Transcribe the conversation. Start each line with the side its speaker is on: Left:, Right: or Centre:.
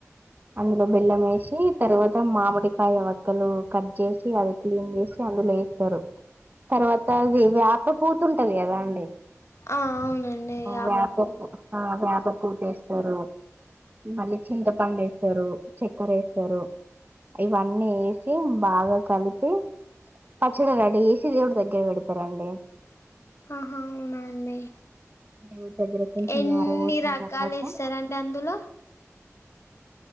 Right: అందులో బెల్లం వేసి తర్వాత మామిడికాయ వక్కలు కట్ చేసి అది క్లీన్ చేసి అందులో వేస్తారు తర్వాత వేప పూత ఉంటది కదా అండి
Left: ఆ అవునండి యాపాకు
Right: వేప పూ వేప పూతస్తారు మళ్ళీ చింతపండు వేస్తారు రు చక్కర వేస్తారు ఇవన్నీ వేసి బాగా కలిపి పచ్చడి రెడి చేసి దేవుడు దగ్గర పెడతారు అండి
Left: ఆహా అవునండి
Right: <unintelligible> కొంచెం
Left: ఎన్ని
Right: ఆరబోసిన
Left: రకాలు
Right: తర్వాత
Left: ఏస్తారండి అందులో